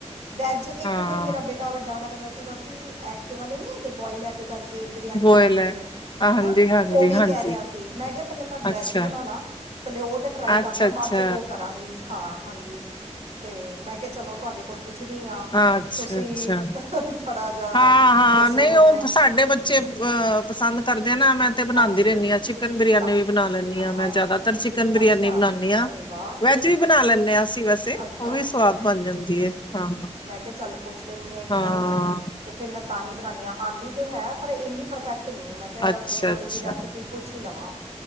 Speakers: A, on the right; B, on the left.
A: ਵੈਜ ਇੱਕ
B: ਹਾਂ
A: ਤੇ ਮੇਰਾ ਬੇਟਾ-' ਟਾ ਵੱਡਾ ਵਾਲਾ ਕਹਿੰਦਾ ਸੀਗਾ ਕਿ ਐਗ ਵਾਲੇ ਨੀ ਹੁੰਦੇ, ਬੋਇਲ ਐਗ ਕਰਕੇ ਕਿ ਬਰਿਆਨੀ
B: ਬੋਇਲ
A: ਬਣਦੀ ਹੈ,
B: ਹਾਂਜੀ
A: ਹਨਾ,
B: ਹਾਂਜੀ
A: ਉਹ ਵੀ
B: ਹਾਂਜੀ
A: ਕਹਿ ਰਿਹਾ ਸੀ, ਮੈਂ ਕਿਹਾ ਪਹਿਲੇ ਮੈਂ ਵੈਜ
B: ਅੱਛਾ
A: ਬਣਾ ਲਾ ਪਹਿਲੇ ਉਹ ਤਾਂ ਟਰਾਈ ਕਰ
B: ਅੱਛਾ
A: ਲਾ, ਬਾਅਦ
B: ਅੱਛਾ
A: 'ਚੋਂ ਉਹ ਕਰਾਂਗੀ, ਹਾਂ ਹਾਂਜੀ, ਤੇ ਮੈਂ ਕਿਹਾ ਚਲੋ ਤੁਹਾਡੇ ਕੋਲ ਪੁੱਛਦੀ ਹਾਂ,
B: ਅੱਛਾ
A: ਤੁਸੀਂ,
B: ਅੱਛਾ
A: ਥੋੜ੍ਹਾ ਜਿਹਾ,
B: ਹਾਂ ਹਾਂ
A: ਦੱਸੋ
B: ਨਹੀਂ
A: ਮੈਨੂੰ
B: ਉਹ ਸਾਡੇ ਬੱਚੇ ਅ ਪਸੰਦ ਕਰਦੇ ਨਾ, ਮੈਂ ਤੇ ਬਣਾਉਂਦੀ
A: ਹਾਂਜੀ
B: ਰਹਿੰਦੀ ਹਾਂ ਚਿਕਨ ਬਰਿਆਨੀ
A: ਤਾਂ
B: ਵੀ ਬਣਾ ਲੈਂਦੀ ਹਾਂ
A: ਹਾਂਜੀ
B: ਮੈਂ ਜ਼ਿਆਦਾਤਰ ਚਿਕਨ ਬਰਿਆਨੀ
A: ਅੱਛਾ
B: ਬਣਾਉਂਦੀ ਹਾਂ
A: ਅਰੇ ਵਾਹ
B: ਵੈਜ ਵੀ ਬਣਾ ਲੈਂਦੇ ਹਾਂ ਅਸੀਂ ਵੈਸੇ,
A: ਅੱਛਾ
B: ਉਹ ਵੀ ਸਵਾਦ ਬਣ ਜਾਂਦੀ ਹੈ, ਹਾਂ
A: ਕੇ ਚੱਲ ਪੁੱਛ ਲੈਂਨੀ ਆਂ ਇੱਕ
B: ਹਾਂ
A: ਵਾਰੀ ਤੇ ਫਿਰ ਮੈਂ ਤਾਂ ਹੀ ਬਣਾਉਦੀ ਹਾਂ, ਆਉਂਦੀ ਤਾਂ ਹੈ, ਪਰ ਇੰਨੀ ਪਰਫੈਕਟ ਨਹੀਂ ਮੈਂ ਕਿਹਾ
B: ਅੱਛਾ
A: ਚਲੋ ਥੋੜ੍ਹੀ
B: ਅੱਛਾ
A: ਜਿਹੀ ਰੈਸਪੀ ਪੁੱਛ ਲਵਾਂ